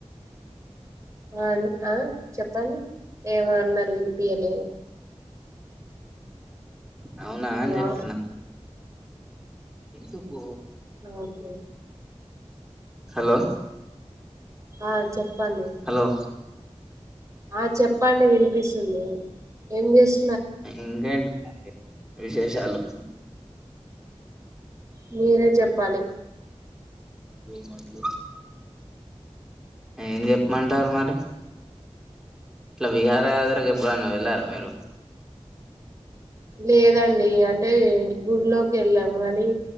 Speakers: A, on the right; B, in the centre.
A: ఆ ఆ చెప్పండి ఏమో అన్నారు వినిపియ్యలే
B: అవునా
A: హలో
B: అని చెప్పిన ఎందుకు
A: ఓకే
B: హలో
A: ఆ చెప్పండి
B: హలో
A: ఆ చెప్పండి వినిపిస్తుంది ఏం చేస్తు
B: ఇంకేంటి చెప్పండి విశేషాలు
A: మీరే చెప్పాలి
B: రూ మట్లు ఏం జెప్మంటారు మరి ఇట్లా విహార యాద్రకి ఎబ్బుడన్నా వెళ్ళారా మీరు
A: లేదండి అంటే గుళ్లోకెళ్ళాం వనీ